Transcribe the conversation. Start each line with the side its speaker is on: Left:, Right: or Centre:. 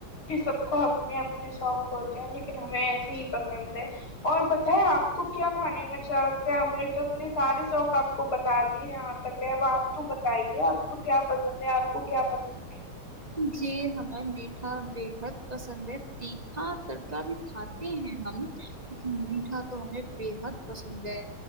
Left: جی سب کو اپنے اپنے شوق ہوتے ہیں لیکن ہمیں ایسے ہی پسند ہے اور بتائے آپ کو کیا کھانے میں اچھا لگتا ہے ہم نے تو اپنے سارے شوق آپ کو بتا دی جاں تک ہے وہ آپ تو بتائیے آپ کو کیا پسند ہے آپ کو کیا پسند نہیں ہے
Right: جی جی ہمیں میٹھا بےحد پسند ہے تیکھا تڑکا بھی کھاتے ہیں ہم لیکن میٹھا تو ہمیں بےحد پسند ہے